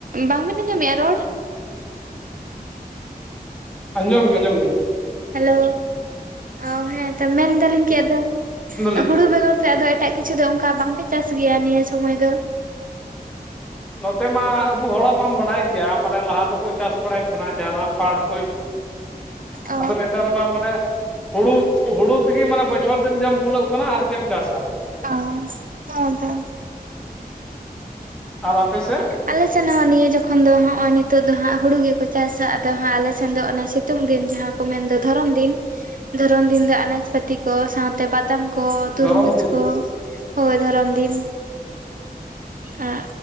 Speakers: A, on the right (about 60°); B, in the centre.
A: ᱵᱟᱝᱵᱤᱱ ᱟᱸᱡᱚᱢᱮᱫᱼᱟ ᱨᱚᱲ᱾
B: ᱟᱸᱡᱚᱢ ᱜᱮ ᱟᱸᱡᱚᱢ ᱜᱮ
A: ᱦᱮᱞᱳ ᱚ ᱦᱮᱸᱛᱚ ᱢᱮᱱᱫᱟᱞᱤᱧ ᱠᱮᱫ ᱟᱫᱚ
B: <inaudible>
A: ᱦᱩᱲᱩ ᱵᱮᱜᱚᱨ ᱛᱮ ᱟᱫᱚ ᱮᱴᱟᱜ ᱠᱤᱪᱷᱩ ᱫᱚ ᱚᱱᱠᱟ ᱵᱟᱝᱯᱮ ᱪᱟᱥ ᱜᱮᱭᱟ ᱱᱤᱭᱟᱹ ᱥᱚᱢᱚᱭ ᱫᱚ᱾
B: ᱱᱚᱛᱮ ᱢᱟ ᱟᱵᱚ ᱦᱚᱲᱟᱜ ᱢᱟᱢ ᱵᱟᱰᱟᱭ ᱜᱮᱭᱟ ᱢᱟᱱᱮ ᱞᱟᱦᱟ ᱫᱚᱠᱚ ᱪᱟᱥ ᱵᱟᱲᱟᱭᱮᱫ ᱠᱟᱱᱟ ᱡᱟᱦᱟᱱᱟᱜ ᱯᱟᱴ
A: ᱚ
B: <unintelligible> ᱱᱮᱛᱟᱨ ᱢᱟ ᱢᱟᱱᱮ ᱦᱩᱲᱩ ᱦᱩᱲᱩ ᱛᱤᱜᱤ ᱢᱟᱱᱮ ᱵᱚᱪᱷᱚᱨ ᱫᱤᱱ ᱡᱚᱢ ᱠᱩᱞᱟᱹᱜ ᱠᱟᱱᱟ ᱟᱨ ᱪᱮᱫ ᱮᱢ ᱪᱟᱥᱟ᱾
A: ᱚᱻ ᱦᱮᱸ ᱛᱚ
B: ᱟᱨ ᱟᱯᱮ ᱥᱮᱫ
A: ᱟᱞᱮ ᱥᱮᱱ ᱦᱚᱸ ᱱᱤᱭᱟᱹ ᱡᱚᱠᱷᱚᱱ ᱫᱚ ᱦᱚᱸᱜ ᱚᱭ ᱱᱤᱛᱳᱜ ᱫᱚ ᱦᱟᱸᱜ ᱦᱩᱲᱩ ᱜᱮᱠᱚ ᱪᱟᱥᱟ ᱟᱫᱚ ᱦᱟᱸᱜ ᱟᱞᱮᱥᱮᱱ ᱫᱚ ᱚᱱᱮ ᱥᱤᱛᱩᱝ ᱫᱤᱱ ᱡᱟᱦᱟᱸ ᱢᱮᱱ ᱫᱚ ᱫᱷᱚᱨᱚᱱ ᱫᱤᱱ ᱫᱷᱚᱨᱚᱱ ᱫᱤᱱ ᱫᱚ ᱟᱱᱟᱡ ᱯᱟᱹᱛᱤ ᱠᱚ ᱥᱟᱶ ᱛᱮ ᱵᱟᱫᱟᱢ ᱠᱚ ᱛᱩᱨᱢᱩᱡᱽ
B: ᱫᱷᱚᱨᱚᱢ ᱫᱤᱱ
A: ᱠᱚ ᱦᱳᱭ ᱫᱷᱚᱨᱚᱱ ᱫᱤᱱ ᱟᱸ